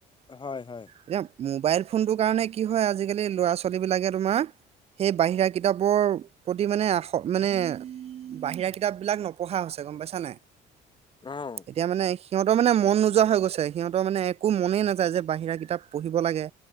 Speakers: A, on the left; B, on the right.
A: হয় হয়।
B: এতিয়া মোবাইল ফোনটোৰ কাৰণে কি হয় আজিকালি ল'ৰা ছোৱালী বিলাকে তোমাৰ সেই বাহিৰা কিতাপৰ প্ৰতি মানে আ মানে বাহিৰা কিতাপ বিলাক নপঢ়া হৈছে গ'ম পাইছা নে নাই?
A: অহ
B: এতিয়া মানে সিহঁতৰ মানে মন নোযোৱা হৈ গৈছে, সিহঁতৰ মানে একো মনেই নাযায় যে বাহিৰা কিতাপ পঢ়িব লাগে